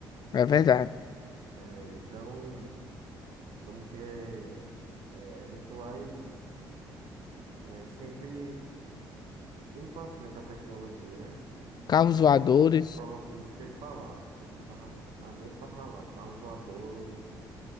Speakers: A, on the left; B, on the right.
A: É verdade.
B: Eh, então. Vamos ter eh, eventuais é sempre indo para frente a tecnologia, né?
A: Carros
B: E prova,
A: voadores?
B: prova, isso que eu ia falar, isso que eu tava na mente para falar, carros voadores.